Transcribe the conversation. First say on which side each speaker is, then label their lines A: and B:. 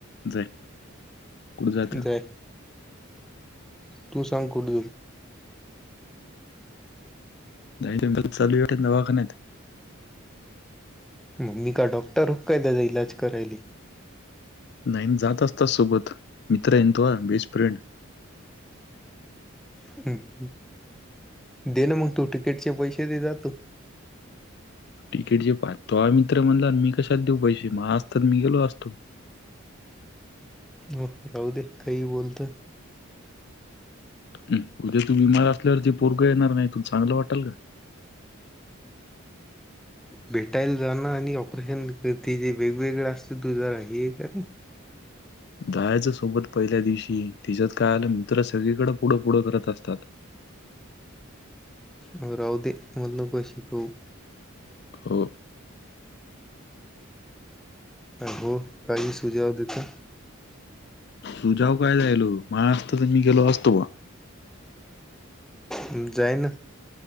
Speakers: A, on the left (about 50°); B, in the centre.
A: जाय, कुठं जातं.
B: जाय. तू सांग कुढ.
A: नाही <unintelligible> चल दवाखान्यात.
B: म मी का डॉक्टर होक काय त्याचा इलाज करायली.
A: नाही न जात असतो सोबत, मित्र आहे ना तुआ बेस्ट फ्रेंड.
B: हम हम, दे ना म तू तिकीटचे पैसे देे जातो.
A: तिकीट जे पा, तोवा मित्र म्हणल्यावर मी कशाला देऊ पैसे म असतात मी गेलो असतो.
B: हो, राहू दे काही बोलतोय.
A: हम, उद्या तू बीमार असल्यावर जे पोरगं येणार नाही तु चांगलं वाटल का?
B: भेटायला जान आणि ऑपरेशन ते जे वेगवेगळ असते तू जरा हे करना.
A: <inaudible> जायचं सोबत पहिल्या दिवशी तिज्यात काय आलंन तर सगळीकडें पुढं पुढं करत असतात.
B: म राहू दे, मल नको शिकऊ.
A: हो.
B: हो, काही सुजाव देतोय.
A: सुजाव काय द्यालोय, माझ असत तर मी गेलो असतो बा.
B: हम जायना.